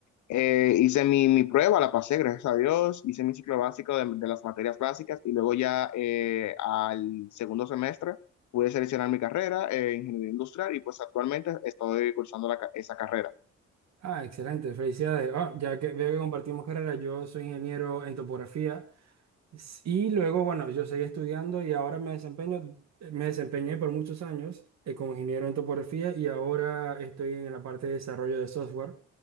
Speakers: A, on the left; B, on the right.
A: Eh, hice mi, mi prueba, la pasé, gracias a Dios, hice mi ciclo básico de, de las materias básicas y luego ya eh, al segundo semestre pude seleccionar mi carrera, eh, ingeniería industrial, y pues actualmente estoy cursando la ca- esa carrera.
B: Ah, excelente, felicidades. Ah, ya que veo que compartimos carrera, yo soy ingeniero en topografía s- y luego, bueno, yo seguí estudiando y ahora me desempeño, me desempeñé por muchos años eh, como ingeniero en topografía y ahora estoy en la parte de desarrollo de software.